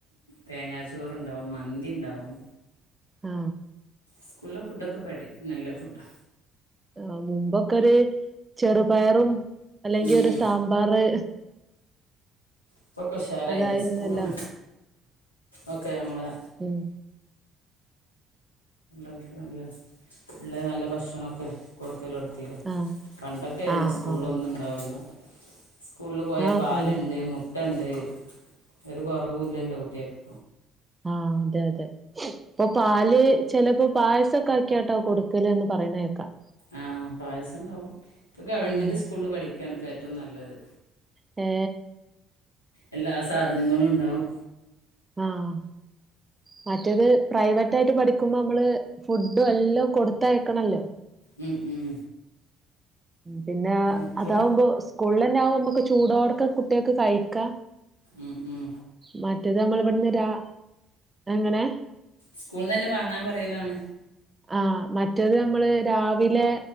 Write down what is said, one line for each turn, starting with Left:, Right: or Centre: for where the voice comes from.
Left: തേങ്ങാച്ചോറുണ്ടാവും. മന്തി ഉണ്ടാവും.
Right: ആ.
Left: സ്കൂളിലെ ഫുഡൊക്കെ പടി നല്ല ഫുഡാ.
Right: ആ മുമ്പൊക്കെ ഒരു ചെറുപയറും അല്ലെങ്കി
Left: ഉം
Right: ഒരു സാമ്പാറ്
Left: ഇപ്പൊക്കെക്കെ ഉഷാറായില്ലേ
Right: അതായിരുന്നല്ലോ
Left: സ്കൂളും ഒക്കെ നമ്മളെ
Right: ഉം
Left: ഉം സ്‌കൂളില് നല്ല ഭക്ഷണൊക്കെ കൊടുക്കലൊടുങ്ങി.
Right: ആഹ്
Left: പണ്ടൊക്കെണ്
Right: ആഹ്
Left: സ്കൂളിലൊന്നും
Right: ആഹ്
Left: ഉണ്ടാവില്ല. സ്കൂളിൽ പോയാ
Right: ആഹ്
Left: പാലുണ്ട്.
Right: പണ്ട്
Left: മുട്ട ണ്ട്. <inaudible> ഒരു കുറവും ഇല്ല എൻ്റെ കുട്ടിയക്ക്.
Right: ആ അതെ അതെ ഇപ്പൊ പാല് ചിലപ്പോ പായസൊക്കെ ആക്കിയാട്ടാ കൊടുക്കല് എന്ന് പറയണേക്കാം.
Left: ആ പായസുണ്ടാവും. ഗവൺമെൻറ്
Right: ഉം
Left: സ്കൂളിൽ പഠിക്കണ് ഇപ്പോ ഏറ്റവും നല്ലത്.
Right: ഏ.
Left: എല്ലാ സാധനങ്ങളും ഉണ്ടാവും.
Right: ആഹ്. മറ്റേത് പ്രൈവറ്റ് ആയിട്ട് പഠിക്കുമ്പോ നമ്മള് ഫുഡും എല്ലാം കൊടുത്തയക്കണല്ലോ.
Left: ഉം.
Right: പിന്നെ
Left: ഓക്കെ
Right: അതാവുമ്പോ സ്കൂളിന്നെ ആവു നമുക്ക് ചൂടോടെ കുട്ടിയോൾക്ക് കഴിക്ക
Left: ഉം ഉം
Right: മറ്റേത് നമ്മൾ ഇവിടുന്ന് രാ എങ്ങനെ
Left: സ്കൂളിന്ന് തന്നെ വാങ്ങാൻ പറയലാണ്.
Right: ആ മറ്റത് നമ്മള് രാവിലെ